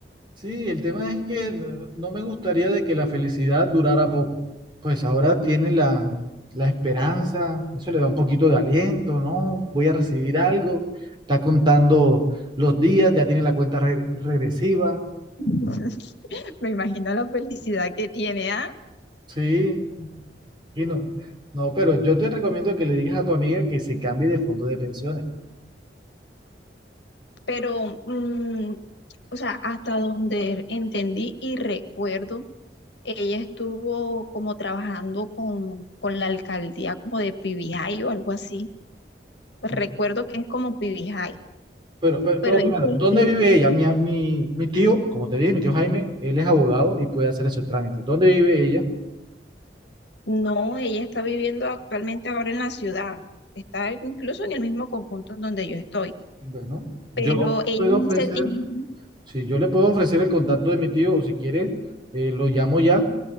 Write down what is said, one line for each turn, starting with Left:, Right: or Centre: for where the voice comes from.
Right: Sí, el tema es que no no me gustaría de que la felicidad durara poco. Pues ahora tiene la, la esperanza, eso le da un poquito de aliento, ¿no? Voy a recibir algo, está contando los días, ya tiene la cuenta re- regresiva,
Left: <laughs> Me imagino la felicidad que tiene, ¿ah?
Right: sí, y no. No, pero yo te recomiendo que le digas a tu amiga que se cambie de fondo de pensiones.
Left: Pero, mm, o sea, hasta donde entendí y recuerdo, ella estuvo como trabajando con, con la alcaldía como de Pibijay o algo así. Pues
Right: ¿no?
Left: Recuerdo que es como Pibijay,
Right: Pero, pero,
Left: pero
Right: pero
Left: es
Right: primero,
Left: cuestión.
Right: ¿dónde vive ella? Mi, mi, mi tío, como te dije, mi tío Jaime, él es abogado y puede hacer ese trámite. ¿Dónde vive ella?
Left: No, ella está viviendo actualmente ahora en la ciudad. Está incluso en el mismo conjunto en donde yo estoy.
Right: Bueno, Yo
Left: Pero
Right: le
Left: ella
Right: puedo
Left: en
Right: ofrecer,
Left: ese tiempo
Right: si yo le puedo ofrecer el contacto de mi tío, o si quieres, eh, lo llamo ya